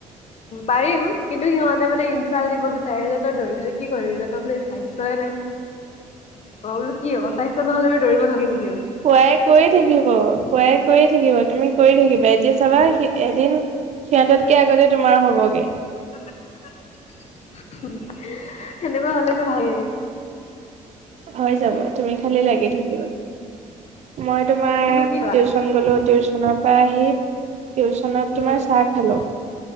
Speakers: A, on the left; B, on the right.
A: পাৰিম কিন্তু সিহঁতে মানে ইঞ্চাৰ দিব বি- টায়াৰ লৈ দৌৰি বোলে কি কৰিবি বোলে তই বোলে স্বাস্থ্যই নাই। মই বোলো কি হব? স্বাস্থ্য নহলে বোলো দৌৰিব নালাগে নেকি বাৰু।
B: কোৱাই কৈয়ে থাকিব কোৱাই কৈয়ে থাকিব তুমি কৰি থাকিবা এতিয়া চাবা স এদিন সিহঁততকে আগতে তোমাৰ হবগে।
A: <unintelligible> সেনেকোৱা হলেতো ভালে।
B: হৈ যাব তুমি খালি লাগি থাকিবা। মই তোমাৰ
A: তুমি কি
B: টিউচন
A: খালা?
B: গ'লো, টিউচনৰ পৰা আহি টিউচনত
A: উম,
B: তোমাৰ চাহ খালো